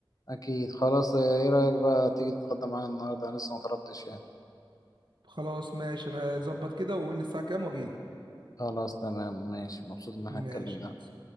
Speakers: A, on the left; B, on the right.
A: أكيد خلاص آه، إيه رأيك بقى تيجي تتغدى معانا النهاردة أنا لسه مطلبتش يعني
B: خلاص ماشي انا اظبط كده واقول لي الساعه كام واجيلك
A: خلاص تمام ماشي مبسوط إن إحنا
B: ماشي
A: اتكلمنا